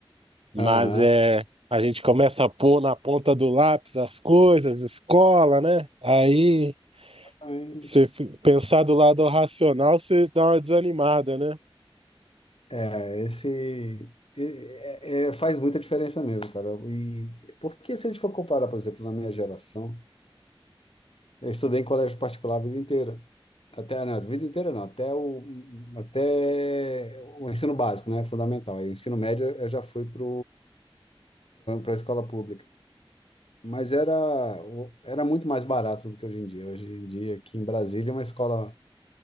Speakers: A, on the right (about 80°); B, on the left (about 75°).
A: mas
B: Aham,
A: é a gente começa a pôr na ponta do lápis as coisas, escola, né? Aí
B: exatamente.
A: você fi- pensar do lado racional, você dá uma desanimada, né?
B: É, esse é- é- faz muita diferença mesmo, cara. E porque se a gente for comparar, por exemplo, na minha geração, eu estudei em colégio particular a vida inteira. Até, não, a vida inteira não, até o, até o ensino básico, né? Fundamental. Aí o ensino médio eu já fui para a escola pública. Mas era, o- era muito mais barato do que hoje em dia. Hoje em dia, aqui em Brasília, uma escola